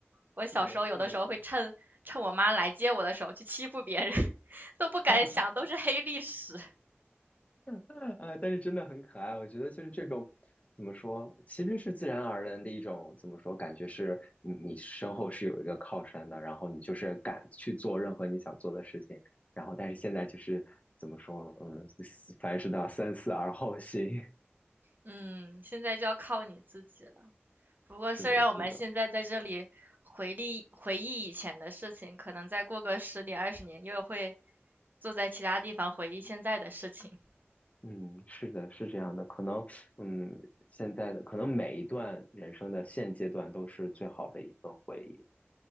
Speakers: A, on the right; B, on the left.
A: 我小时候有的时候会趁趁我妈来接我的时候去欺负别人，
B: 是的，是的，
A: <laughs> 都不敢想，
B: <laughs>
A: 都是黑历史。
B: <laughs> 呃，但是真的很可爱，我觉得就是这种怎么说，其实是自然而然的一种怎么说，感觉是你你身后是有一个靠山的，然后你就是敢去做任何你想做的事情，然后但是现在就是怎么说，嗯，凡事都要三思而后行。<laughs>
A: 嗯，现在就要靠你自己了。不过虽然我们现在在这里回忆回忆以前的事情，
B: 是的，是的，
A: 可能再过个十年二十年又会。坐在其他地方回忆现在的事情。
B: 嗯，是的，是这样的，可能嗯，现在的可能每一段人生的现阶段都是最好的一份回忆。